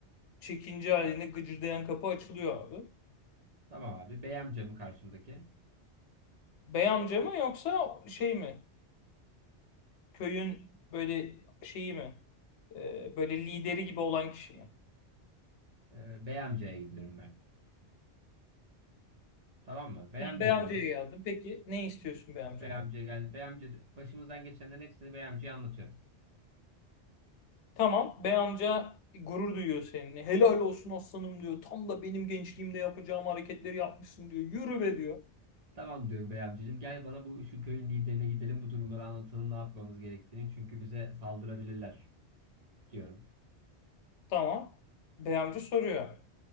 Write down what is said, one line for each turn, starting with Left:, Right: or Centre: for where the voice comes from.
Left: çekince halinde gıcırdayan kapı açılıyor abi.
Right: Tamam abi bey amca mı karşımdaki?
Left: Bey amca mı yoksa şey mi? Köyün böyle şeyi mi? E, böyle lideri gibi olan kişi mi?
Right: E, bey amcaya gidiyorum ben. Tamam mı? Bey amca
Left: Bey amcaya
Right: diyorum.
Left: geldim. Peki ne istiyorsun bey amcadan?
Right: Bey amcaya geldi. Bey amca di- başımızdan geçenlerin hepsini bey amcaya anlatıyorum.
Left: Tamam bey amca gurur duyuyor seninle. Helal olsun aslanım diyor. Tam da benim gençliğimde yapacağım hareketleri yapmışsın diyor. Yürü be diyor.
Right: Tamam diyorum bey amcacığım gel bana bu şu köyün liderine gidelim bu durumları anlatalım ne yapmamız gerektiğini çünkü bize saldırabilirler diyorum.
Left: Tamam. Bey amca soruyor.